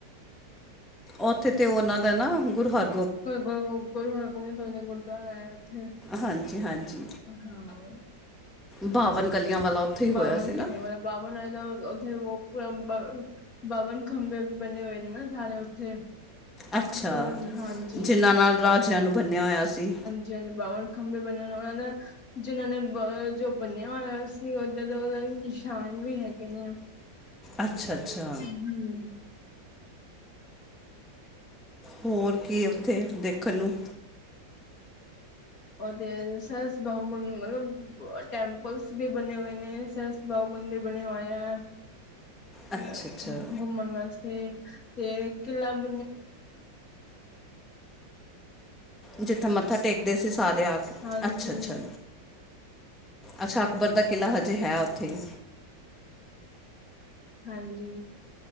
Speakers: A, in the centre; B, on the left (about 50°).
A: ਉੱਥੇ ਤੇ ਉਹਨਾਂ ਦਾ ਨਾ ਗੁਰੂ ਹਰ
B: ਗੁਰੂ ਹਰਗੋਬਿੰਦ ਸਾਹਿਬ ਦੇ ਗੁਰਦੁਆਰਾ ਹੈ ਉੱਥੇ।
A: ਹਾਂਜੀ-ਹਾਂਜੀ,
B: ਹਾਂ
A: ਬਾਵਨ ਕਲੀਆਂ ਵਾਲਾ ਉੱਥੇ ਹੀ ਹੋਇਆ
B: ਬਾਵਨ
A: ਸੀ ਨਾ
B: ਕਰੀਏ, ਮਤਬ ਬਾਵਨ ਉਹ-ਉਹ ਬਵਨ ਖੰਭੇ ਵੀ ਬਣੇ ਹੋਏ ਨੇ ਨਾ <unintelligible> ਉੱਥੇ?
A: ਅੱਛਾ,
B: ਪੂਰਾ ਹਾਂਜੀ
A: ਜਿਨ੍ਹਾਂ ਨਾਲ ਰਾਜਿਆਂ ਨੂੰ ਬੰਨਿਆ ਹੋਇਆ ਸੀ।
B: ਜ' ਬਾਵਨ ਖੰਬੇ ਬਣ ਉਹਨਾਂ ਦਾ ਜਿਹਨਾਂ ਨੇ ਬ ਜੋ ਬੰਨਿਆ ਹੋਇਆ ਅ ਸੀ, ਓਦਾਂ ਦੇ ਉਹਨਾਂ ਦੇ ਨਿਸ਼ਾਨ ਵੀ ਹੈਗੇ ਨੇ। <unintelligible>
A: ਅੱਛਾ-ਅੱਛਾ
B: ਹਮ
A: ਹੋਰ ਕੀ ਉੱਥੇ ਦੇਖਣ ਨੂੰ?
B: ਓਦੇ ਸਰ, ਬੋਹ ਮਤਲਬ ਟੈਂਪਲਸ ਵੀ ਬਣੇ ਹੋਏ ਨੇ ਸਰ <unintelligible> ਮੰਦਿਰ ਬਣੇ ਹੋਏਆ ਹੈ।
A: ਅੱਛਾ
B: ਅ'
A: ਅੱਛਾ
B: ਘੁੰਮਣ ਵਾਸਤੇ ਤੇ' ਕਿਲਾ <unintelligible> <inaudible>
A: ਜਿੱਥੇ ਮੱਥਾ <unintelligible>
B: ਹਾਂਜੀ
A: ਅੱਛਾ ਅੱਛਾ, ਅਕਬਰ ਦਾ ਕਿਲ੍ਹਾ ਹਜੇ ਹੈ ਉੱਥੇ
B: ਹਾਂਜੀ,